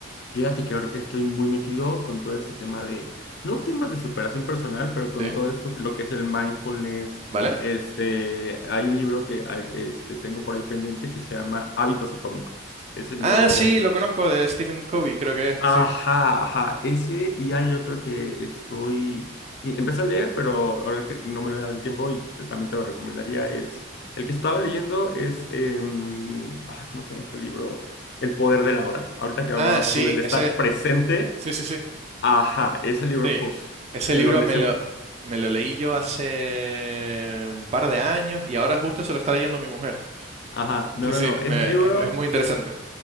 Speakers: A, on the left; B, on the right.
A: fíjate que ahorita estoy muy metido con todo este tema de, no temas de superación personal, pero con
B: ¿Sí?
A: todo esto, lo que es el mindfulness.
B: ¿Vale?
A: Este, hay un libro que ah, este, tengo por ahí pendiente que se llama Hábitos Atómicos. Ese libro
B: Ah, sí, lo conozco de Stephen Covey, creo que es,
A: Ajá,
B: sí.
A: ajá, ese y hay otro que estoy, y empecé a leer, pero ahora que no me lo da el tiempo y te- también te lo recomendaría, es, el que estaba leyendo es, em, ah, ¿cómo se llama este libro? El poder de la hora. Ahorita que hablabas
B: Ah, sí,
A: tú del estar
B: ese,
A: presente,
B: sí, sí, sí,
A: ajá, ese libro,
B: sí.
A: puff,
B: Ese
A: que
B: libro
A: lo lees
B: me
A: en,
B: lo, me lo leí yo hace un par de años y ahora justo se lo está leyendo mi mujer.
A: ajá, no,
B: Sí,
A: no,
B: sí,
A: no, ese
B: me-
A: libro...
B: es, es muy interesante.